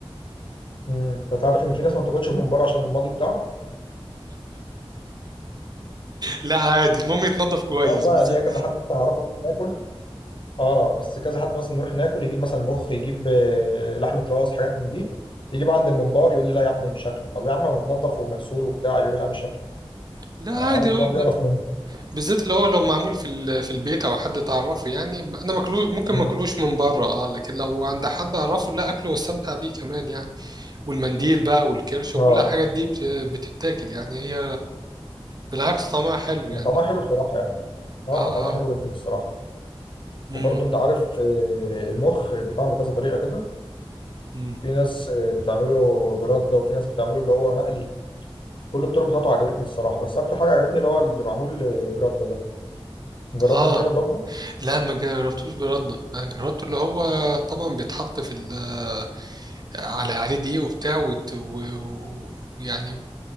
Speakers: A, on the left; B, on the right.
A: امم انت عارف ان في ناس ما بتاكلش الممبار عشان الماضي بتاعه
B: لا عادي المهم يتنضف كويس
A: اه والله
B: بالذات
A: ليا كذا حد مثلا اعرفه بقى ناكل اه بس كذا حد مثلا نروح ناكل يجيب مثلا مخ يجيب آه، لحمه راس حاجات من دي يجيب عند الممبار يقول لي لا يا عم مش هاكله طب يا عم هو متنضف ومغسول وبتاع يقول لي لا مش هاكله
B: لا
A: عارف
B: عادي هو
A: اللي هو بيقرف
B: بال-
A: منه
B: بالذات اللي هو لو معمول في ال- في البيت او حد تعرفه يعني ما- انا ماكلوش ممكن
A: مم.
B: ما اكلوش من بره اه لكن لو عند حد اعرفه لا اكله واستمتع بيه كمان يعني والمنديل بقى والكرش
A: اه
B: وكل الحاجات دي بت- بتتاكل يعني هي بالعكس طعمها حلو يعني
A: يعني طعمها حلو بصراحه يعني اه
B: اه
A: طعمها
B: اه
A: حلو جدا الصراحه
B: امم
A: وبرضه انت عارف آه، المخ بيتعمل بكذا طريقه كده
B: امم
A: في ناس آه، بتعمله برده وفي ناس بتعمله اللي هو مقلي كل الطرق بتاعته عجبتني الصراحه بس اكتر حاجه عجبتني اللي هو اللي معمول آه، برده ده جربته
B: اه
A: قبل كده برده
B: لا ما جربتوش برده انا جربته اللي هو طبعا بيتحط في ال آه، على عليه دقيق وبتاع وت- و- و- ويعني